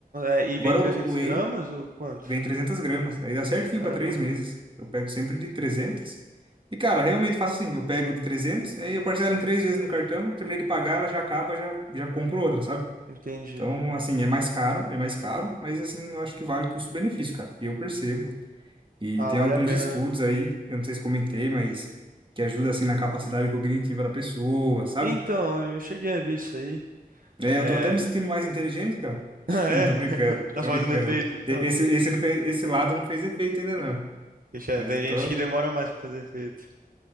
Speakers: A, on the right; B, on the right.
A: É, e
B: Agora,
A: vem 300
B: o whey,
A: gramas ou quanto?
B: Vem 300 gramas. Aí dá certinho
A: Caramba,
B: para três meses. Eu pego sempre de trezentas E, cara, realmente faço assim. Eu pego de 300, aí eu parcelo em três vezes no cartão. Terminei de pagar, ela já acaba, já, já compro outra, sabe?
A: entendi.
B: Então, assim, é mais caro, é mais caro, mas, assim, eu acho que vale o custo-benefício, cara, que eu percebo. E
A: Ah,
B: tem
A: vale
B: alguns
A: a pena,
B: estudos
A: né?
B: aí, eu não sei se comentei, mas que ajuda, assim, na capacidade cognitiva da pessoa, sabe?
A: Então, eu cheguei a ver isso aí.
B: É,
A: É...
B: eu tô até me sentindo
A: <laughs>
B: mais inteligente, cara. <laughs>
A: Ah, é?
B: Tô
A: <laughs>
B: brincando,
A: Tá
B: tô
A: fazendo
B: brincando.
A: efeito, então?
B: E- Esse, esse, não fez, esse lado não fez efeito ainda, não.
A: Deixa,
B: Mas
A: tem
B: eu tô,
A: gente que demora mais pra fazer efeito.